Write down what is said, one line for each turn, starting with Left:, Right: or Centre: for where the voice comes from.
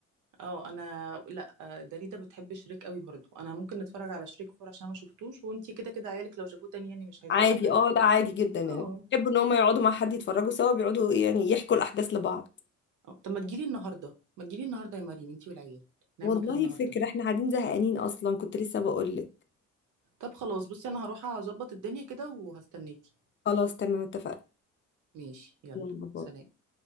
Right: اه انا لا آه، داليدا بتحب شريك قوي برضو انا ممكن نتفرج على شريك فور عشان ما شفتوش وانتي كده كده عيالك لو شافوه تاني يعني مش هيزعلوا
Left: عادي
Right: يعني
Left: اه لا عادي جدا يعني
Right: اه
Left: بيحبوا ان هم يقعدوا مع حد يتفرجوا سوا بيقعدوا يعني يحكوا الاحداث لبعض
Right: آه، طب ما تجيلي النهارده ما تجيلي النهارده يا مريم انتي والعيال نعمل
Left: والله
Right: كده النهارده
Left: فكرة احنا قاعدين زهقانين اصلا كنت لسه بقول لك
Right: طب خلاص بصي انا هروح اظبط الدنيا كده وهستناكي
Left: خلاص تمام اتفقنا
Right: ماشي يلا
Left: يلا باي
Right: سلام